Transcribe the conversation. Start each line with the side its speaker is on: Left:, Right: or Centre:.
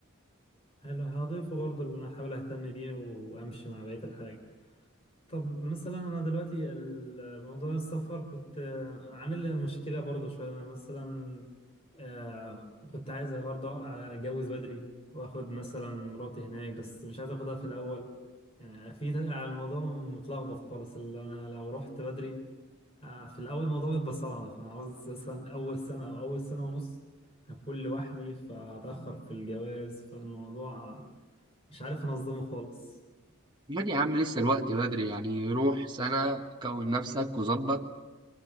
Left: حلو هضيفه برضه اللي انا احاول اهتم بيه وامشي مع بقيه الحاجه طب مثلا انا دلوقتي الموضوع السفر كنت آه، عامل لي مشكله برضه شويه انا مثلا آه، كنت عايز برضه اتجوز بدري واخد مثلا مراتي هناك بس مش عايز اخدها في الاول آه، في الموضوع متلخبط خالص اللي انا لو رحت بدري آه، في الاول الموضوع بيبقى صعب فعاوز مثلا اول سنه او اول سنه ونص هكون لوحدي فهتاخر في الجواز فالموضوع مش عارف انظمه خالص
Right: امال يا عم لسه الوقت بدري يعني روح سنة كون نفسك وظبط